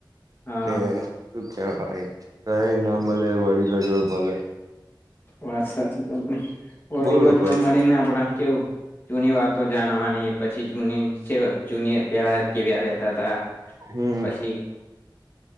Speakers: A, on the left; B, on the right.
A: હા
B: કે શું કેવાય કઈ ના મળે વડીલો જોડ મળે.
A: વાત સાચી તમને વળડીલો
B: બોલો
A: જોડ
B: ભાઈ
A: મળેને આપડાને કેવું જૂની વાતો જાણવાની પછી જૂની સે જુનિયર પેલા કેવ્યા રેતા હતા
B: હમ
A: પછી